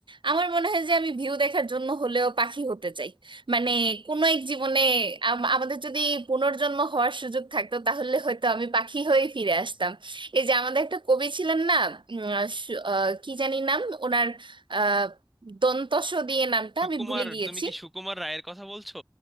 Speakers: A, on the right; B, in the centre.
A: আমার মনে হয় যে আমি ভিউ দেখার জন্য হলেও পাখি হতে চাই মানে কোনো এক জীবনে আম- আমাদের যদি পুনর্জন্ম হওয়ার সুযোগ থাকতো তাহলে হয়তো আমি পাখি হয়ে ফিরে আসতাম এই যে আমাদের একটা কবি ছিলেন না উম, আহ, সু- আহ, কি জানি নাম ওনার আহ দন্তস দিয়ে নামটা
B: সুকুমার
A: আমি ভুলে গিয়েছি
B: তুমি কি সুকুমার রায়ের কথা বলছো